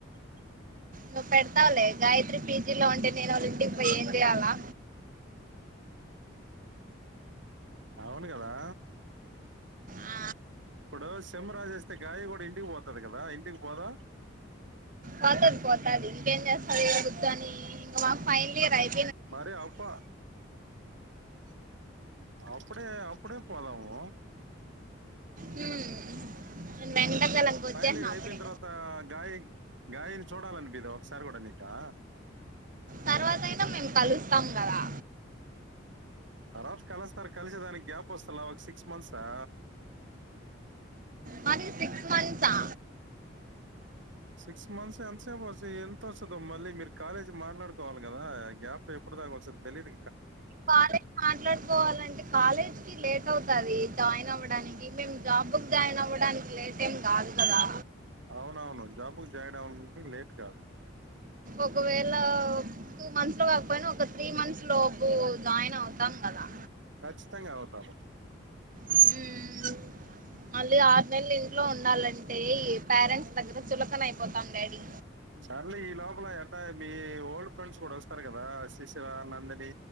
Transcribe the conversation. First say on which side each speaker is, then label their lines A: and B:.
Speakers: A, on the right; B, on the right.
A: నువ్వు పెడతావలే గాయత్రి పీజీ లో ఉంటే నేను వాళ్ళుంటి పో ఏం చేయాలా
B: అవును కదా
A: ఆ
B: ఇప్పుడు సేమ్ రాసి అస్తే గాయి కూడా ఇంటికి పోతాది కదా ఇంటికి పోదా
A: పోతది పోతది ఇంకేం చేస్తదిద్దు అని ఇంకా మాకు ఫైనల్ ఇయర్ అయిపో
B: మరి అప్ప అప్పుడే అప్పుడే పోదము
A: హ్మ్. నేను వెంకటగలంకి వచ్చేసిన
B: ఫైనల్ ఇయర్ అయిపోయిన
A: అప్పుడే
B: తర్వాత గాయి గాయినీ చూడాలనిపియదా ఒకసారి కూడా నీకా
A: తర్వాత అయినా మేము కలుస్తాం కదా
B: తర్వాత కలుస్తారు కలిసి దానికి గ్యాప్ వస్తున్నావ్ సిక్స్ మంత్ ఆ
A: మరి సిక్స్ మంత్స్ ఆ
B: సిక్స్ మంత్స్ ఎంతసేపు వ ఎంత వస్తుందో మళ్ళీ మీరు కాలేజీ మాట్లాడుకోవాలి కదా గ్యాప్ ఎప్పుడు దాకా వస్తాది తెలీదు
A: కాలేజ్ మాట్లాడుకోవాలంటే కాలేజ్ లేట్ అవుతది జాయిన్ అవ్వడానికి మేము జాబ్కి జాయిన్ అవ్వడానికి లేట్ ఏం కాదు కదా
B: అవునవును జాబు జాయిన్ అవ్వడానికి లేట్ కాదు
A: ఒకవేళ టూ మంత్స్ లో కాకపోయినా ఒక త్రీ మంత్స్ లోపు జాయిన్ అవుతాం కదా
B: ఖచ్చితంగా అవుతాము
A: మ్మ్. మళ్ళీ ఆరు నెలలు ఇంట్లో ఉండాలం టే పేరెంట్స్ దగ్గర చులకన అయిపోతాం డాడీ
B: చార్లే ఈ లోపల ఎలా మీ ఓల్డ్ ఫ్రెండ్స్ కూడా వస్తారు కదా శిష్యురా నందిని